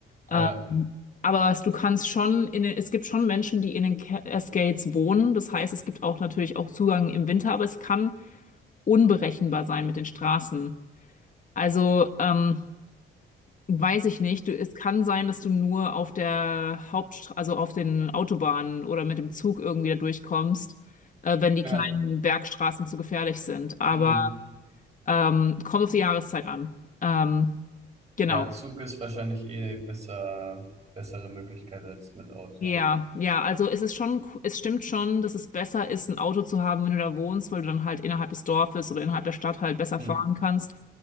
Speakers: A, on the right; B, on the left.
A: Ja,
B: Ähm, aber was du kannst schon in den, es gibt schon Menschen, die in den Cascades wohnen. Das heißt, es gibt auch natürlich auch Zugang im Winter, aber es kann unberechenbar sein mit den Straßen. Also ähm, Weiß ich nicht. Du, es kann sein, dass du nur auf der Hauptstraße, also auf den Autobahnen oder mit dem Zug irgendwie da durchkommst, äh, wenn die
A: ja,
B: kleinen Bergstraßen zu gefährlich sind. Aber
A: mhm.
B: ähm, kommt auf die Jahreszeit an. Ähm, genau.
A: Ja, Zug ist wahrscheinlich eh besser, bessere Möglichkeit als mit Auto.
B: Ja, ja, also es ist schon, es stimmt schon, dass es besser ist, ein Auto zu haben, wenn du da wohnst, weil du dann halt innerhalb des Dorfes oder innerhalb der Stadt halt besser
A: Hm.
B: fahren kannst.